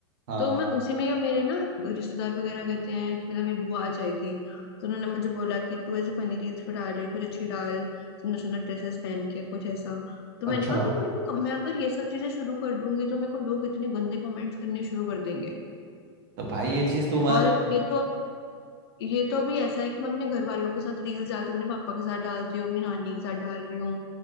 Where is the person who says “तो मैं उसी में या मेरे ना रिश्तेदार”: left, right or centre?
Left